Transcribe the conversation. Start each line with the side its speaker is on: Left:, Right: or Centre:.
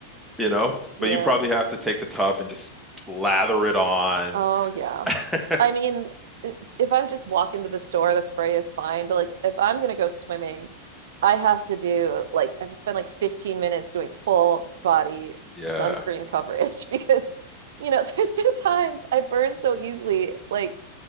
Centre: you know?
Right: yeah
Centre: But you probably have to take the tub and just lather it on.
Right: Oh yeah.
Centre: <laughs>
Right: I mean, i- if I'm just walking to the store, the spray is fine. But like if I'm gonna go swimming, I have to do like I have to spend like 15 minutes doing full body
Centre: Yeah.
Right: sunscreen coverage <laughs> because you know, <laughs> there's been times I burn so easily. Like